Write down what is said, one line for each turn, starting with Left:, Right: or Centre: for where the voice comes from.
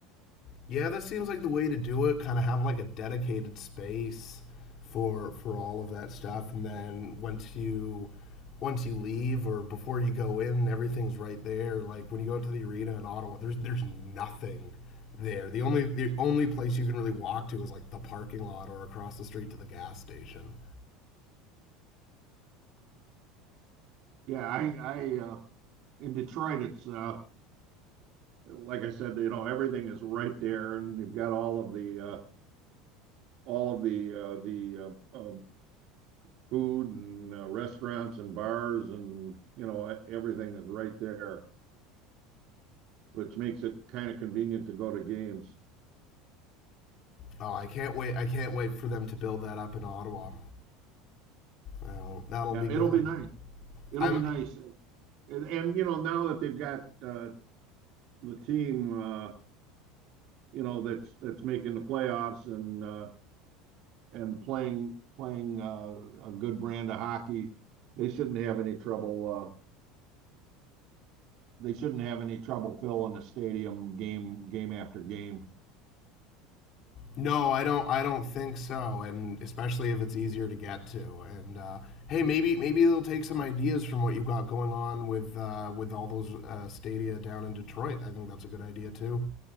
Left: Yeah, that seems like the way to do it. Kind of have like a dedicated space for for all of that stuff, and then once you once you leave or before you go in, everything's right there. Like when you go to the arena in Ottawa, there's there's nothing there. The only the only place you can really walk to is like the parking lot or across the street to the gas station.
Right: Yeah, I I uh, in Detroit, it's uh, like I said, you know, everything is right there, and you've got all of the uh, all of the uh, the uh, um, food and uh, restaurants and bars and you know everything is right there, which makes it kind of convenient to go to games.
Left: Oh, I can't wait! I can't wait for them to build that up in Ottawa. Oh, that'll
Right: Yeah,
Left: be
Right: it'll
Left: good.
Right: be nice. It'll
Left: I'm
Right: be nice. And, and you know now that they've got uh, the team, uh, you know that's that's making the playoffs and uh, and playing playing uh, a good brand of hockey, they shouldn't have any trouble. Uh, they shouldn't have any trouble filling a stadium game game after game.
Left: No, I don't. I don't think so, and especially if it's easier to get to. And uh, hey, maybe maybe they'll take some ideas from what you've got going on with uh, with all those uh, stadia down in Detroit. I think that's a good idea too.